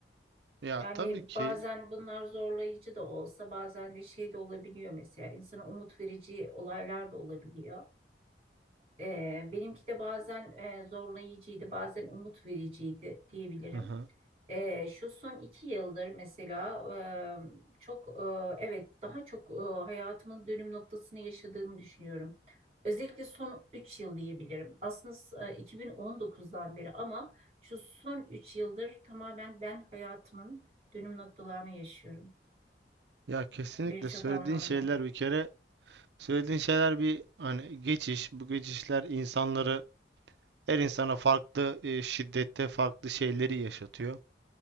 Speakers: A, on the right; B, on the right.
A: Ya
B: Yani
A: tabii ki
B: bazen bunlar zorlayıcı da olsa bazen de şey de olabiliyor mesela insana umut verici olaylar da olabiliyor. Ee, benimki de bazen e, zorlayıcıydı, bazen umut vericiydi diyebilirim.
A: Aha.
B: Ee, şu son iki yıldır mesela e, çok e, evet daha çok e, hayatımın dönüm noktasını yaşadığımı düşünüyorum. Özellikle son 3 yıl diyebilirim. Aslında e, 2019'dan beri ama şu son 3 yıldır tamamen ben hayatımın dönüm noktalarını yaşıyorum
A: ya kesinlikle
B: birçok
A: söylediğin
B: anlamda.
A: şeyler bir kere söylediğin şeyler bir hani geçiş bu geçişler insanları her insana farklı e, şiddette farklı şeyleri yaşatıyor.